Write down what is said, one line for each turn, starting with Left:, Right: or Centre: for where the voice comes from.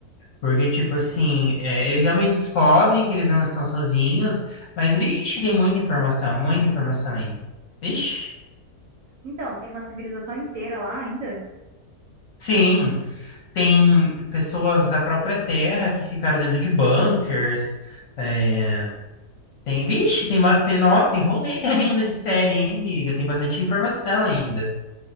Left: Porque, tipo assim, é, eles realmente descobrem que eles não estão sozinhos, mas, vixe, tem muita informação, muita informação ainda. Vixe.
Right: Então, tem uma civilização inteira lá ainda.
Left: Sim, tem pessoas da própria Terra que ficaram dentro de bunkers. é, tem, vixe, tem, ma- tem, nossa, tem rolê <laughs> ainda de série, hein, amiga? Tem bastante informação ainda.